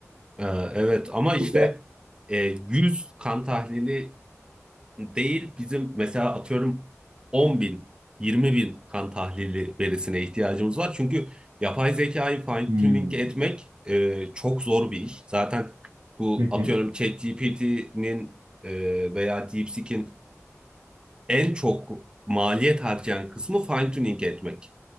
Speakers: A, on the right; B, on the right.
A: e, evet ama işte
B: Bu geldi.
A: e, 100 kan tahlili değil bizim mesela atıyorum 10 bin 20 bin kan tahlili verisine ihtiyacımız var. Çünkü yapay zekayı fine
B: Hmm.
A: tuning etmek e, çok zor bir iş. Zaten bu
B: Hı hı.
A: atıyorum ChatGPT'nin e, veya DeepSeek'in en çok maliyet harcayan kısmı fine tuning etmek.